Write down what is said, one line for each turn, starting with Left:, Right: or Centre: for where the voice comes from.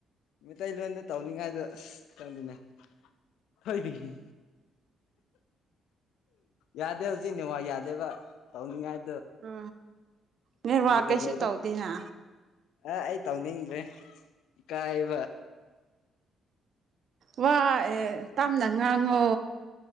Left: ꯃꯩꯂꯣꯟꯗ ꯇꯧꯅꯤꯡꯉꯥꯏꯗꯣ ꯈꯪꯗꯅꯦꯣꯏ ꯌꯥꯗꯦ ꯍꯧꯖꯤꯛ ꯅꯅꯤꯦꯋꯥ ꯌꯥꯗꯦꯕ ꯇꯧꯅꯤꯡꯉꯥꯏ
Right: ꯑ ꯃꯤ ꯋꯥ ꯀꯩꯁꯨ
Left: ꯗꯥꯏꯂꯣꯛꯇꯣ
Right: ꯇꯧꯗꯅ
Left: ꯑ ꯑꯩ ꯇꯧꯅꯤꯡꯗ꯭ꯔꯦ ꯏꯀꯥꯏꯕ
Right: ꯋꯥ ꯑꯦ ꯇꯝꯅ ꯉꯉꯣ